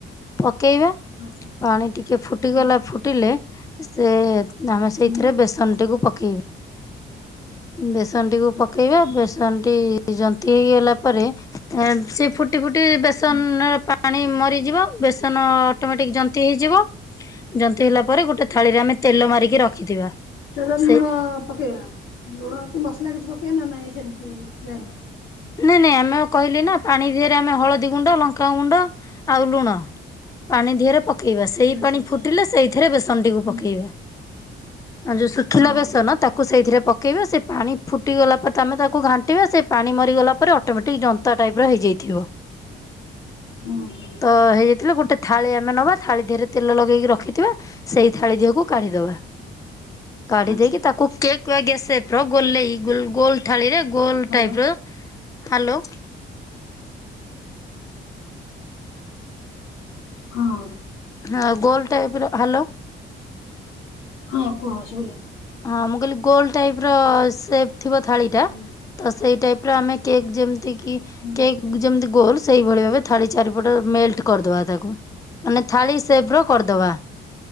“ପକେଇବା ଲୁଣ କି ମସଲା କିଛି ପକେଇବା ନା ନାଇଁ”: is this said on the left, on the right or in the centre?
Left